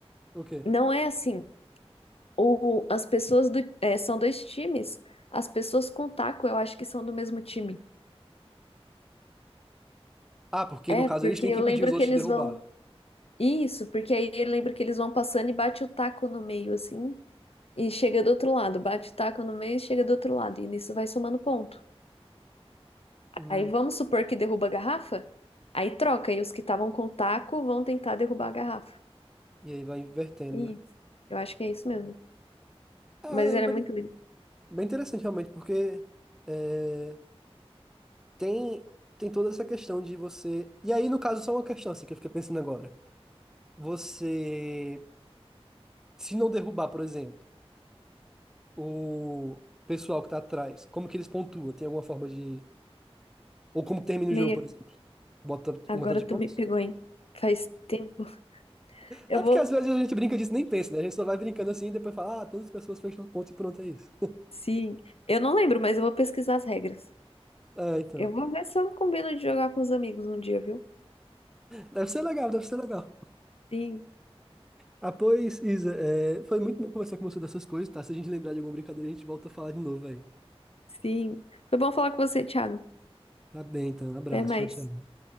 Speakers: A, in the centre; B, on the left.
A: O quê?
B: Não é assim. O, as pessoas do, é, são dois times. As pessoas com taco, eu acho que são do mesmo time.
A: Ah, porque
B: É,
A: no caso
B: porque
A: eles têm
B: eu
A: que impedir
B: lembro
A: os outros
B: que eles
A: de derrubar.
B: vão. Isso, porque aí ele lembra que eles vão passando e bate o taco no meio, assim, e chega do outro lado, bate o taco no meio e chega do outro lado, e nisso vai somando ponto.
A: Hum,
B: Aí vamos supor que derruba a garrafa, aí troca, e os que estavam com o taco vão tentar derrubar a garrafa.
A: e aí vai invertendo,
B: Isso,
A: né?
B: eu acho que é isso mesmo.
A: É,
B: Mas era
A: é bem
B: muito legal.
A: bem interessante realmente, porque. é, tem tem toda essa questão de você. E aí, no caso, só uma questão assim que eu fiquei pensando agora. Você, se não derrubar, por exemplo, o pessoal que tá atrás, como que eles pontuam? Tem alguma forma de. Ou como termina
B: Meia,
A: o jogo, por exemplo? Bota
B: agora
A: um montão de pontos?
B: tu me pegou, hein? Faz tempo. Eu
A: É
B: vou.
A: porque às vezes a gente brinca disso e nem pensa, né? A gente só vai brincando assim e depois fala, ah, todas as pessoas fecham os pontos e pronto, é isso.
B: Sim, eu não lembro, mas eu vou pesquisar as regras.
A: Ah, então.
B: Eu vou ver se eu combino de jogar com os amigos um dia, viu?
A: Deve ser legal, deve ser legal.
B: Sim,
A: Ah, pois, Isa, é, foi muito bom conversar com você dessas coisas, tá? Se a gente lembrar de alguma brincadeira, a gente volta a falar de novo aí.
B: sim. Foi bom falar com você, Thiago.
A: Tá bem, então. Abraço.
B: Até mais.
A: Tchau, tchau.